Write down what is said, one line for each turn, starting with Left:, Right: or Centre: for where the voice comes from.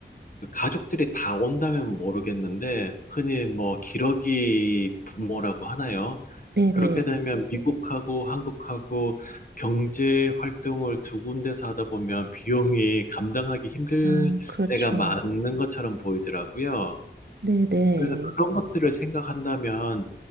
Left: 그 가족들이 다 온다면 모르겠는데, 흔히 뭐 기러기 부모라고 하나요?
Right: 네네.
Left: 그렇게 되면 미국하고 한국하고 경제 활동을 두 군데서 하다 보면 비용이 감당하기 힘들
Right: 아, 그렇죠.
Left: 때가 많은 것처럼 보이더라고요.
Right: 네네.
Left: 그래서 그런 것들을 생각한다면,